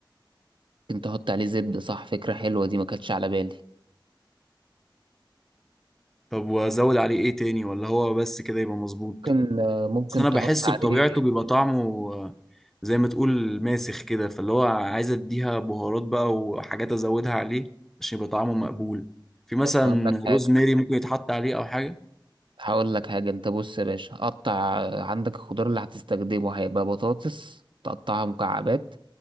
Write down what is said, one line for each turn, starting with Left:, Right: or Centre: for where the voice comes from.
Right: ممكن تحط عليه زبدة صح فكرة حلوة دي ما كانتش على بالي
Centre: طب وازود عليه ايه تاني ولا هو بس كده يبقى مظبوط
Right: ممكن آه، ممكن
Centre: بس انا
Right: تحط
Centre: بحس
Right: عليه
Centre: بطبيعته بيبقى طعمه آه، زي ما تقول ماسخ كده فاللي هو عايز اديها بهارات بقى وحاجات ازودها عليه عشان يبقى طعمه مقبول في مثلا
Right: بص هقول لك حاجة
Centre: روزماري ممكن يتحط عليه او حاجة
Right: هقول لك حاجة انت بص يا باشا قطع آه، عندك الخضار اللي هتستخدمه هيبقى بطاطس تقطعها مكعبات